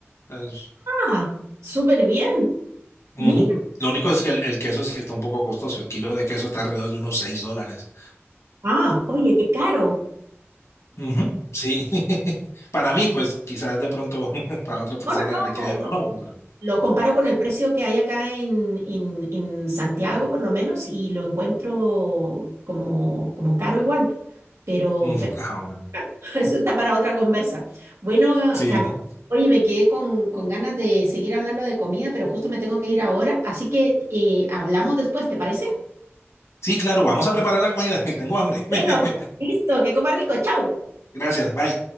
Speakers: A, on the left; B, on the right.
A: Es-
B: Ah, súper bien.
A: ujú.
B: Mira.
A: Lo único es que el, el queso sí está un poco costoso, el kilo de queso está alrededor de unos seis dólares.
B: Ah, oye, qué caro.
A: Ujú, Sí, <laughs> para mí, pues quizás de pronto <laughs> para otra persona
B: No, no,
A: le quede
B: no.
A: económico, pero...
B: Lo comparo con el precio que hay acá en, en- en Santiago, por lo menos, y lo encuentro como, como caro igual. Pero,
A: Mm,
B: pero
A: ah,
B: <laughs>
A: bueno.
B: eso está para otra conversa. Bueno,
A: Sí,
B: Gaby, oye, me quedé con, con ganas de seguir hablando de comida, pero justo me tengo que ir ahora, así que eh, hablamos después, ¿te parece?
A: sí, claro, vamos a preparar la comida. <laughs> Tengo hambre. <laughs>
B: Bueno, listo, que coma rico, chao.
A: Gracias, bye.